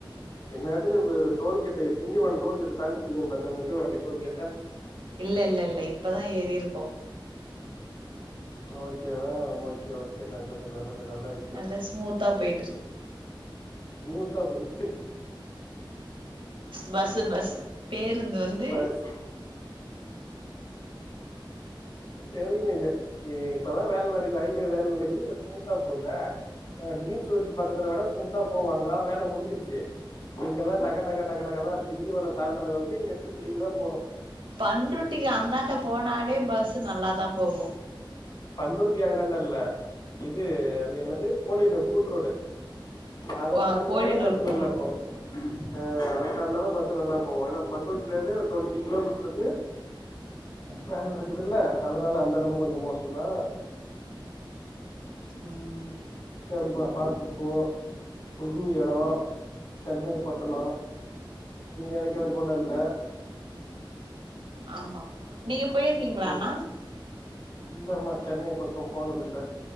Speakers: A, on the left; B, on the right.
A: இன்னேரத்துக்கு டோல்கேட்டு திண்டிவன டோல்கேட்டு தான்டிருப்பீங்கன்னு பாத்தங்க விக்கிரவாண்டி டோல்கேட்ட
B: இல்ல இல்ல இல்ல இப்பதா ஏறி இருக்கோ
A: ஓகேவா ஒகே ஓகே நல்லது நல்லது நல்லது
B: நல்லா ஸ்மூத்தா போயிட்ரு
A: ஸ்முத்தா போயிட்டு இருக்
B: பஸ்ஸு பஸ் பேருந்து வந்து
A: பஸ் தெவியுமே இந்த இப்பதா வேல நடக்குது ஹைவே வேல நடக்குது இப்ப ஸ்மூத்தா போதா அ மீன் ச்சு வச்சு பக்கத்துல வேணா ஸ்மூத்தா போவாங்க வேல முடிஞ்சிருச்சு இங்கெல்லா டக டக டக டக தா திண்டிவனம் தாண்டறவரிக்கி இங்க தூக்கி தூக்கிதா போடு
B: பண்ருட்டிக்கு அந்தாண்ட போனாலே பஸ்சு நல்லாதா போகு
A: பண்ருட்டி அங்காண்டல்ல இது அது என்னது கோலியனூர் கூட்ரோடு அத
B: கோ
A: தாண்னாதா
B: கோழியனூர்
A: பஸ்சு
B: கூட்ரோடு
A: நல்லாக்கு ஆ அத தான்னாதா பஸ்சு நல்லா போவு ஏன்னா பண்ருட்டில இருந்து ஒரு டுவெண்ட்டி கிலோமீட்டருக்கு வேல நடக்குதுல்ல அதனால அந்த எடமு கொஞ்ச மோசோதா
B: ம்
A: சரிப்பா பாத்து போ புது எடோ சென்னை பட்டணோ நீ நெனைக்கது போல இல்ல
B: ஆமா நீங்க போயிருக்கீங்களா
A: ம்
B: அண்ணா
A: இல்லம்மா சென்னை பக்கம் போனதில்ல